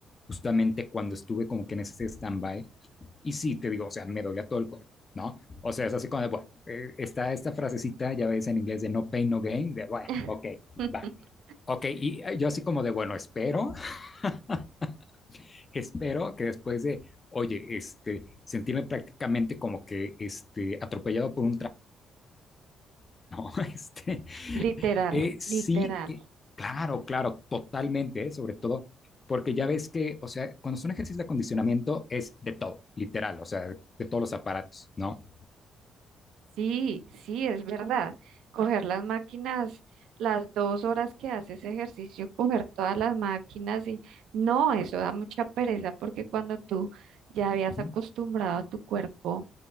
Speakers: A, on the left; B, on the right.
A: justamente cuando estuve como que en ese stand-by. Y sí, te digo, o sea, me dolía todo el cuerpo, ¿no? O sea, es así como de, bueno, eh, está esta frasecita, ya ves en inglés, de no pain, no gain, de, bueno,
B: <laughs>
A: ok, vale. Ok, y eh, yo así como de, bueno, espero <laughs> espero que después de, oye, este, sentirme prácticamente como que este, atropellado por un tráfico, <laughs> ¿no? Este,
B: Literal,
A: eh, sí,
B: literal.
A: eh, claro, claro, totalmente, ¿eh? sobre todo porque ya ves que, o sea, cuando son ejercicios de acondicionamiento es de todo, literal, o sea, de, de todos los aparatos, ¿no?
B: Sí, sí, es verdad. Coger las máquinas, las dos horas que haces ejercicio, coger todas las máquinas y no, eso da mucha pereza porque cuando tú ya habías
A: Uh -huh,
B: acostumbrado a tu cuerpo